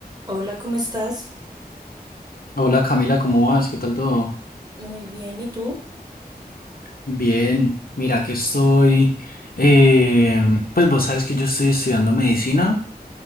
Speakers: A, on the right (about 25°); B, on the left (about 65°).
A: Hola, ¿cómo estás?
B: Hola Camila, ¿cómo vas? ¿Qué tal todo?
A: Muy bien, ¿y tú?
B: Bien, mira que estoy, em, pues vos sabes que yo estoy estudiando medicina